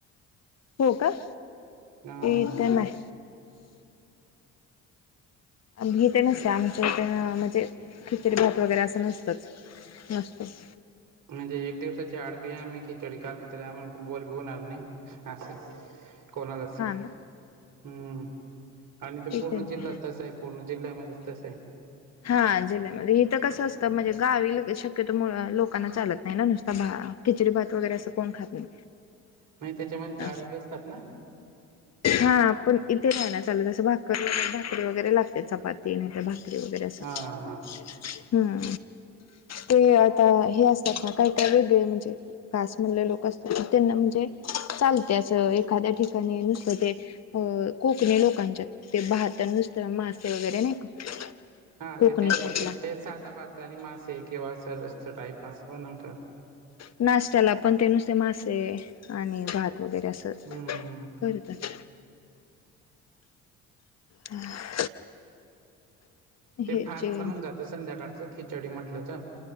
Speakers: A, on the left; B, on the right.
A: हो काय
B: अ
A: इथ नाय. हिथे नसत आमच्या इथ अ म्हणजे खिचडी भात वगैरे अस नसतच. मस्तच.
B: म्हणजे एक दिवसाच्याआडबी आम्ही खिचडी खाली तरी ते आम्हाला बोर घेऊन आणणे अस. कोणालाच
A: हा
B: हम्म
A: ना
B: आणि ते
A: इथे
B: पूर्ण
A: नाही
B: जिल्हाच तसा आहे. पूर्ण जिल्ह्यामध्ये तस ये.
A: हा जिल्ह्यामध्ये इत कस असतं म्हणजे गावी शक्यतो लोकांना चालत नाही ना नुसता भा खिचडी भात वगैरे असं कोण खात नाही.
B: नाही त्याच्यामध्ये डाळी
A: असं
B: बी असतात ना.
A: हा आपण इथे नाही न चालत अस भाकर भाकरी वगैरे लागते चपाती नाही तर भाकरी वगैरे असत
B: हा हा
A: हमम. ते आता हे असतात ना काय काय वेगळे म्हणजे घास म्हणले लोक असतात तर त्यांना म्हणजे चालते असं एखाद्या ठिकाणी नुस ते कोकणी लोकांचे ते भात नुसतं मासे वगैरे नाही का
B: हा
A: कोकणी
B: ते
A: साईडला
B: फक्त ते साधा भात आणि मासे किंवा अस रसा टाइप असत नाही का?
A: नाष्ट्याला पण ते नुसते मासे आणि भात वगैरे अस
B: हमम.
A: करीतात. धन्यवाद <inaudible>
B: ते
A: ह्याचे
B: फास्ट पण होऊन जात संध्याकाळचं खिचडी म्हटल तर.